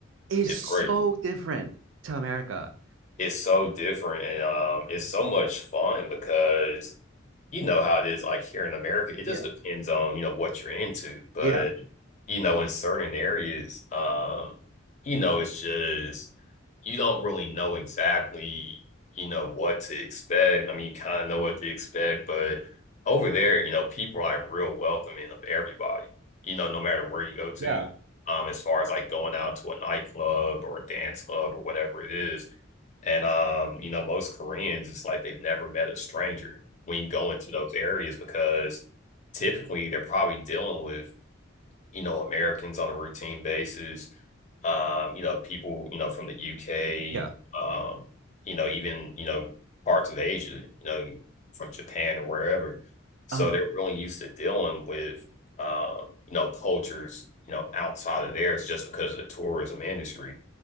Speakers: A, on the right; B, on the left.
A: is
B: It's great.
A: so different to America.
B: It's so different and um it's so much fun because you know how it is like here in America. It just
A: Yeah,
B: depends on, you know, what you're into. But,
A: Yeah.
B: you know, in certain areas, um, you know, it's just you don't really know exactly, you know, what to expect. I mean, you kind of know what to expect, but over there, you know, people are like real welcoming of everybody, you know, no matter where you go to,
A: yeah.
B: um, as far as like going out to a nightclub or a dance club or whatever it is. And um, you know, most Koreans, it's like they've never met a stranger when you go into those areas because typically they're probably dealing with, you know, Americans on a routine basis, um, you know, people, you know, from the UK,
A: yeah.
B: um, you know, even, you know, parts of Asia, you know, from Japan or wherever. So
A: Um,
B: they're really used to dealing with um, you know, cultures, you know, outside of theirs just because of the tourism industry